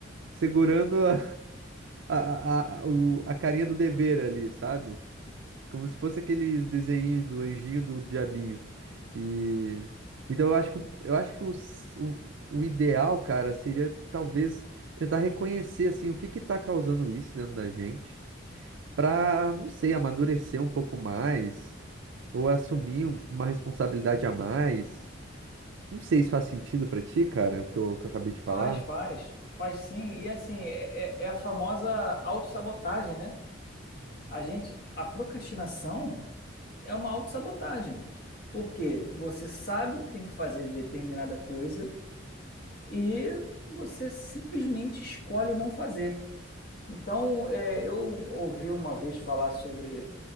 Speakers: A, on the right; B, on the left.
A: segurando a, <laughs> a, a, a o- a carinha do dever ali, sabe? Como se fosse aqueles desenhinhos do anjinho do diabinho. E então eu acho que o- eu acho que o, s- o, o ideal, cara, seria talvez tentar reconhecer assim o que que tá causando isso dentro da gente, pra, não sei, amadurecer um pouco mais ou assumir um- uma responsabilidade a mais. Não sei se faz sentido pra ti, cara, o que eu, o que eu acabei de falar.
B: Faz, faz, faz sim. E assim, é, é é a famosa autossabotagem, né? A gente, a procrastinação é uma autossabotagem. Por quê? Você sabe que tem que fazer determinada coisa e você simplesmente escolhe não fazer. Então, é, eu ouvi uma vez falar sobre.